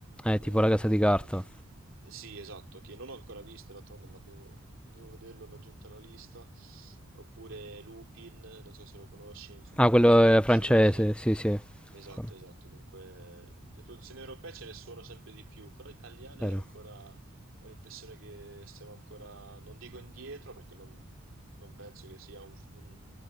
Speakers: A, in the centre; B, on the right.
A: Eh,
B: eh,
A: tipo La Casa di Carta.
B: f- sì, esatto, che non ho ancora visto d'altronde, ma devo, devo vederlo, l'ho aggiunto alla lista. Oppure Lupin, non so se lo conosci, insomma,
A: Ah,
B: produzione
A: quello è
B: francese.
A: francese, sì, sì.
B: Esatto,
A: Co-
B: esatto. Dunque, le produzioni europee ce ne sono sempre di più, però italiane
A: Vero.
B: ancora ho l'impressione che stiamo ancora, non dico indietro, perché non, non penso che sia un, un-